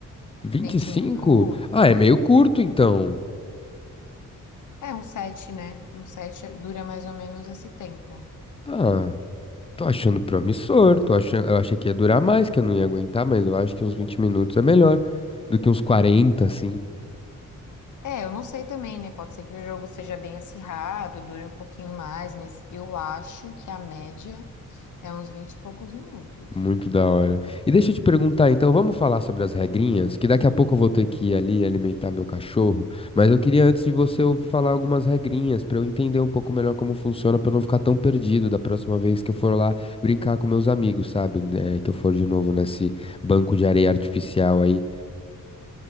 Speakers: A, on the left; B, on the left.
A: vinte
B: 20
A: e cinco.
B: minutos.
A: Ah, é meio curto então.
B: É, um set, né? Um set dura mais ou menos esse tempo.
A: Ah, tô achando promissor, tô achando, eu achei que ia durar mais, que eu não ia aguentar, mas eu acho que uns 20 minutos é melhor do que uns 40, assim.
B: É, eu não sei também, né? Pode ser que o jogo seja bem acirrado, dure um pouquinho mais, mas eu acho que a média é uns 20 e poucos minutos.
A: Muito da hora. E deixa eu te perguntar, então, vamos falar sobre as regrinhas,
B: Sim.
A: que daqui a pouco eu vou ter que ir ali alimentar meu cachorro, mas eu queria antes de você ouvir falar algumas regrinhas pra eu entender um pouco melhor como funciona, pra eu não ficar tão perdido da próxima vez que eu for lá brincar com meus amigos, sabe? É, que eu for de novo nesse banco de areia artificial aí.